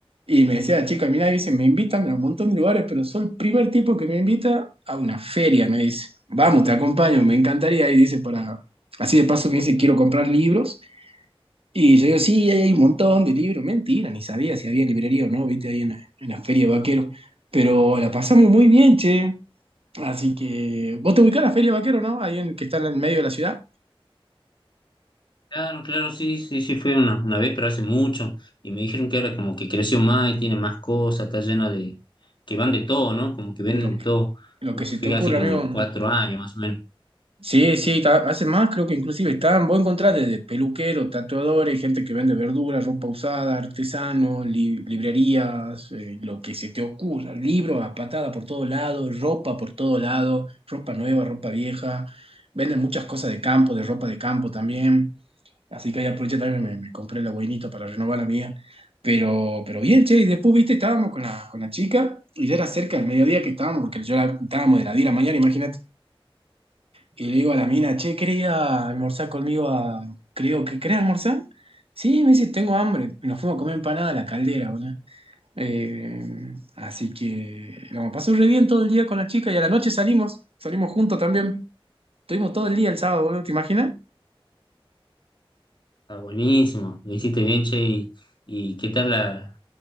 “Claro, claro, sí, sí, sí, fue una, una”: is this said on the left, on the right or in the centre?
Left